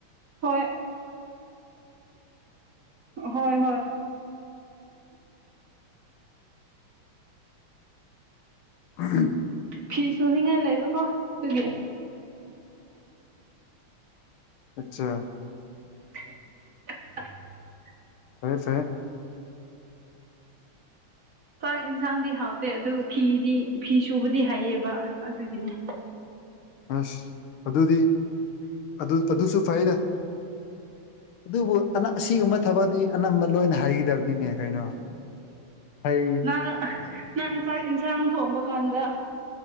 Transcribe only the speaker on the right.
ꯍꯣꯏ ꯍꯣꯏ ꯍꯣꯏ
ꯐꯤ ꯁꯨꯅꯤꯡꯉꯥꯏ ꯂꯩꯕꯀꯣ ꯑꯗꯨꯗꯤ
<unintelligible>
ꯆꯥꯛ ꯏꯟꯁꯥꯡꯗꯤ ꯍꯥꯎꯇꯦ ꯑꯗꯨꯒ ꯐꯤꯗꯤ ꯐꯤ ꯁꯨꯕꯗꯤ ꯍꯥꯏꯩꯌꯦꯕ ꯑꯗꯨꯒꯤꯅꯦ
ꯅꯪ ꯅꯪ ꯆꯥꯛ ꯌꯦꯟꯁꯥꯡ ꯊꯣꯡꯕ ꯀꯥꯟꯗ